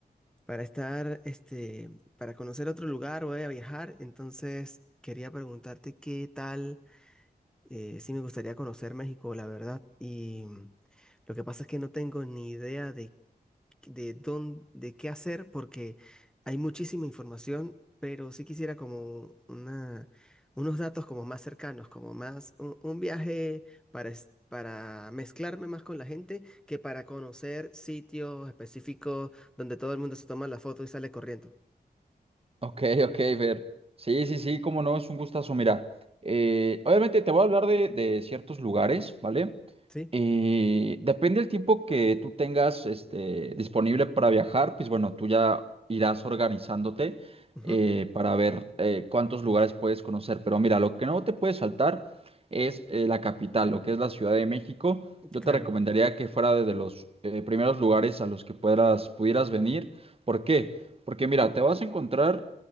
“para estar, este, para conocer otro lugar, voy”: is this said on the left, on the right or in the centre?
Centre